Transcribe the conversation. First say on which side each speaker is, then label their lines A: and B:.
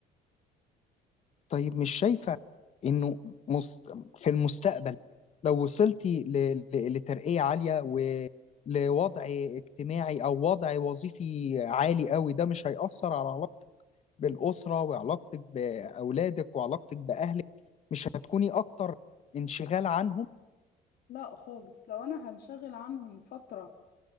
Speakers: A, on the left; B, on the left.
A: طيب مش شايفة إنه مست... في المستقبل لو وصلتي ل... ل... لترقية عالية ولوضع اجتماعي أو وضع وظيفي عالي قوي ده مش هيأثر على علاقتك بالأسرة وعلاقتك بأولادك وعلاقتك بأهلك مش هتكوني أكتر انشغال عنهم
B: لا خالص لو انا هنشغل عنهم فترة